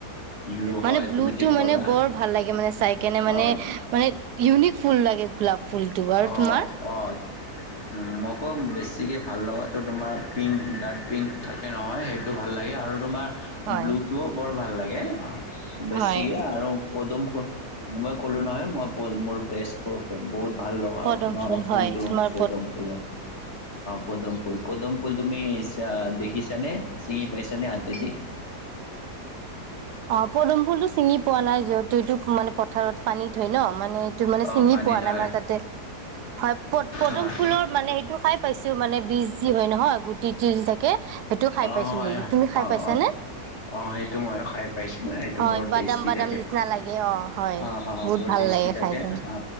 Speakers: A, on the left; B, on the right.
A: ব্লু হয়
B: মানে ব্লুতটো
A: তুমি ঠিক ক'লা
B: মানে বৰ ভাল লাগে মানে চাই কেনে মানে
A: অ
B: মানে ইউনিক ফুল লাগে গোলাপ ফুলটো আৰু
A: অ
B: তোমাৰ
A: অ উ মোকো বেছি গতিকে ভাল লগাটো তোমাৰ পিংক ডাৰ্ট পিংক থাকে নহয় সেইটো ভাল লাগে আৰু তোমাৰ
B: হয়
A: ব্লুতটোও বৰ ভাল লাগে অঁ বেছিকে
B: হয়
A: আৰু পদুম ফুল মই কলো নহয় মই মোৰ বেছ বহুত ভাল লগা
B: পদম
A: ভঙা
B: ফুল
A: ফুলটো
B: হয় তোমাৰ
A: পদম ফুল পদম ফুল পদম ফুল তুমি দেখিছানে চিঙি পাইছানে হাতেদি
B: অ পদম ফুল টো ছিঙি পোৱা নাই যিহেতু মানে পথাৰত পানীত‌ হয় ন মানে সেইটো মানে
A: অ',
B: চিঙি
A: পানীত
B: পোৱা নাই
A: হয়
B: মাজতে হয় প পদুম
A: হয়
B: ফুলৰ মানে সেইটো খাই পাইছো টো মানে বিজ যি হয় নহয় গুটি তিল থাকে সেইটো খাই
A: অ
B: পাইছো
A: হয়
B: কিন্তু তুমি খাই
A: অ
B: পাইছানে?
A: অ অ সেইটো ময়ো খাই পাইছো সেইটো
B: হয়
A: বৰ
B: বাদাম
A: তেজতি
B: বাদাম
A: থাকে
B: নিচিনা লাগে অ হয়
A: অ অ
B: বহুত
A: বৰ
B: ভাল
A: তেজতি
B: লাগে খাই কেনে
A: অ